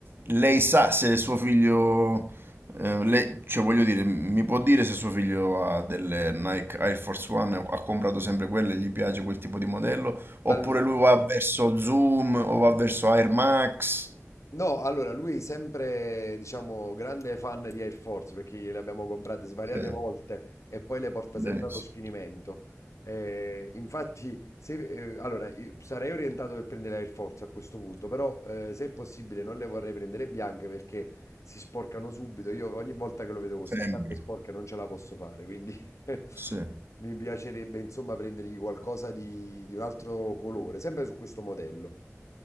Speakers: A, on the right (about 45°); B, on the left (about 75°).
A: lei sa se suo figlio, eh, lei- cioè voglio dire, mi può dire se suo figlio ha delle Nike Air Force One, ha comprato sempre quelle, gli piace quel tipo di modello, oppure
B: Allora
A: lui va verso Zoom o va verso Air Max?
B: No, allora lui sempre, diciamo, grande fan di Air Force perché le abbiamo comprate svariate
A: Sì,
B: volte e poi le porta
A: benissimo.
B: sempre allo sfinimento. Eh, infatti, se, eh, allora, io sarei orientato per prendere Air Force a questo punto, però eh, se è possibile non le vorrei prendere bianche perché si sporcano subito. Io ogni volta che lo vedo con queste
A: Sembra.
B: scarpe sporche non ce la posso fare, quindi <laughs>
A: Sì.
B: mi piacerebbe insomma prendergli qualcosa di, di un altro colore, sempre su questo modello.